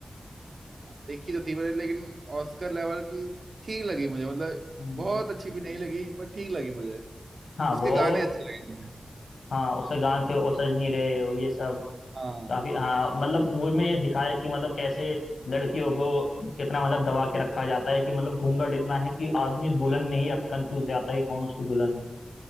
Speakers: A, on the right; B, on the left.
A: हाँ, देखी तो थी मैंने लेकिन ऑस्कर लेवल की ठीक लगी मुझे मतलब
B: हम्म,
A: बहुत अच्छी भी नहीं लगी पर ठीक लगी मुझे
B: हाँ
A: उसके
B: वो
A: गाने अच्छे लगे मुझे
B: हाँ उसके गाने थे ओ सजनी रे ये सब
A: हाँ
B: काफी हाँ मतलब मूवी में ये दिखाया कि मतलब कैसे लड़कियों को कितना मतलब दबा के रखा जाता है कि मतलब घूंघट इतना है कि आदमी दुल्हन में ही अब कंफ्यूज जाता है कि कौन उसकी दुल्हन है